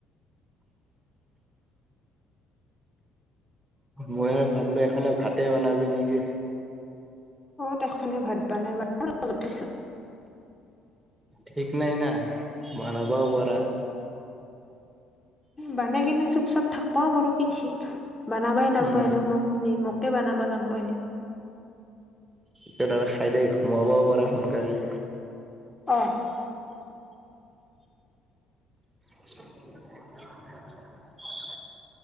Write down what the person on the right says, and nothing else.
মই আৰু ভাবিলো, এখনে ভাতে বনাবি নেকি?
ঠিক নাই না, বনাবাও পাৰা।
উম
তেনেহলে খাই দে, ঘোমাবও পাৰা সোনকালে।
<unintelligible>